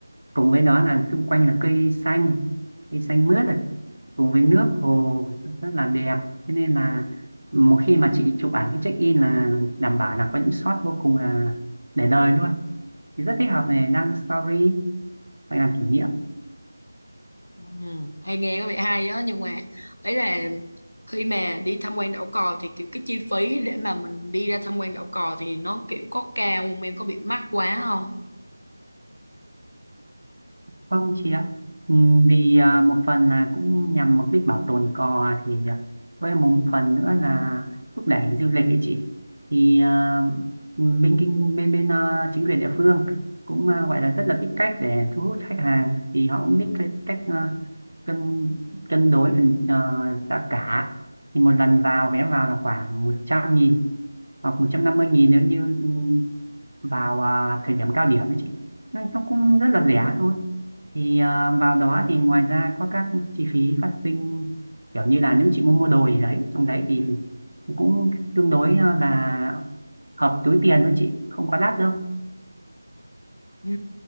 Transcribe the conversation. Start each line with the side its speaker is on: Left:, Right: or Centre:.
Right: cùng với đó là xung quanh là cây xanh cây xanh mướt cùng với nước hồ rất là đẹp thế nên là một khi mà chị chụp ảnh cái check in là đảm bảo là có những shot vô cùng là để đời luôn thì rất thích hợp này đăng story hoặc làm kỷ niệm
Left: ừ. hay nghe có vẻ hay á nhưng mà ấy là khi mà đi tham quan đảo cò thì kiểu cái chi phí để mà mình đi ra tham quan đảo cò thì nó kiểu có cao không em có bị mắc quá không
Right: Vâng chị ạ. Ừm, Vì à, một phần là cũng nhằm mục đích bảo tồn cò thì à, với một phần nữa là thúc đẩy du lịch ấy chị. Thì à, ừm, bên kinh bên bên à, chính quyền địa phương cũng à, gọi là rất là biết cách để thu hút khách hàng thì họ cũng biết cái cách à, cân cân đối phần à, giá cả. Thì một lần vào vé vào là khoảng một trăm nghìn hoặc một trăm năm mươi nghìn nếu như ừ, vào à, thời điểm cao điểm ấy chị Nên nó cũng rất là rẻ thôi thì à, vào đó thì ngoài ra có các chi phí phát sinh kiểu như là nếu chị muốn mua đồ gì đấy trong đấy thì cũng tương đối à, là hợp túi tiền thôi chị không quá đắt đâu
Left: Ừ,